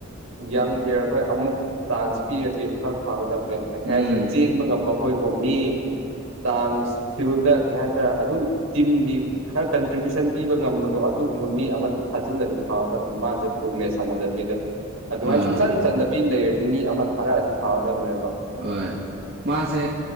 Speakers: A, on the right (about 85°); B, on the right (about 50°).
A: ꯌꯪ ꯄ꯭ꯂꯦꯌꯔꯈꯣꯏ ꯑꯃꯨꯛ ꯆꯥꯟꯁ ꯄꯤꯔꯗꯤ ꯈꯔ ꯐꯒꯗꯕ <unintelligible>
B: ꯎꯝ
A: ꯆꯦꯟꯕ ꯉꯝꯕ ꯈꯣꯏꯕꯣ ꯃꯤ ꯆꯥꯟꯁ ꯁꯤꯕꯣꯛꯇ ꯀꯩ ꯍꯥꯏꯁꯤꯔꯦ ꯑꯗꯨꯝ ꯇꯤꯝꯒꯤ ꯈꯔ ꯀꯟꯇ꯭ꯔꯤꯕ꯭ꯌꯨꯁꯟ ꯄꯤꯕ ꯉꯝꯕꯗꯣ ꯑꯗꯨꯒꯨꯝꯕ ꯃꯤ ꯑꯃ ꯊꯥꯖꯤꯜꯂꯗꯤ ꯐꯒꯗꯕ ꯃꯥꯁꯦ ꯐꯨꯜ ꯃꯦꯠꯁ ꯁꯥꯟꯅꯗꯕꯤꯗ ꯑꯗꯨꯃꯥꯏꯅ
B: ꯑꯥ
A: ꯕꯤ ꯂꯩꯔꯗꯤ ꯃꯤ ꯑꯃ ꯊꯥꯔꯛꯑꯗꯤ ꯐꯒꯗꯕꯅꯦꯕ
B: ꯍꯣꯏ ꯃꯥꯁꯦ